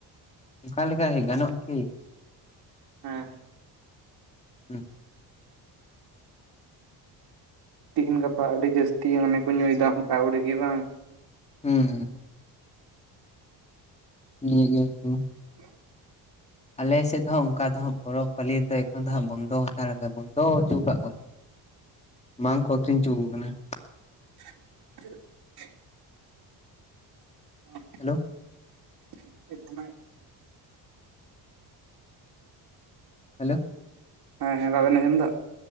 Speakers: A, on the left; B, on the right.
A: ᱚᱱᱠᱟ ᱞᱮᱠᱟ <unintelligible> ᱜᱟᱱᱚᱜ ᱟ ᱠᱤ
B: ᱦᱮᱸ
A: ᱦᱩᱸ
B: ᱛᱤᱦᱤᱧ ᱜᱟᱯᱟ ᱟᱹᱰᱤ ᱡᱟᱹᱥᱛᱤ ᱢᱟᱱᱮ ᱠᱚ ᱧᱩᱭᱮᱫᱟ ᱚᱱᱠᱟ ᱟᱹᱣᱲᱤᱜᱮ ᱵᱟᱝ
A: ᱦᱩᱸᱻ ᱱᱤᱭᱟᱹ ᱜᱮᱭᱟ ᱠᱩ ᱾
B: <inaudible>
A: ᱟᱞᱮ ᱥᱮᱫ ᱫᱚ ᱦᱟᱸᱜ ᱚᱱᱠᱟ ᱫᱚ ᱦᱟᱸᱜ ᱯᱚᱨᱚᱵᱽ ᱯᱟᱹᱞᱤ ᱨᱮ ᱫᱚ ᱮᱠᱷᱚᱱ ᱫᱚ ᱦᱟᱸᱜ ᱵᱚᱱᱫᱚ ᱦᱟᱛᱟᱲ ᱵᱚᱱᱫᱚ ᱦᱚᱪᱚ ᱠᱟᱜ ᱠᱚᱣᱟ ᱵᱟᱝ ᱠᱚ ᱟᱹᱠᱷᱨᱤᱧ ᱦᱚᱪᱚᱣᱟ ᱠᱚ ᱠᱟᱱᱟ ᱾
B: <inaudible> <inaudible>
A: ᱦᱮᱞᱳ ᱾
B: <inaudible>
A: ᱦᱮᱞᱳ ᱾
B: ᱦᱮᱸ ᱦᱮᱸ ᱵᱟᱵᱮᱱ ᱟᱸᱡᱚᱢ ᱫᱟ?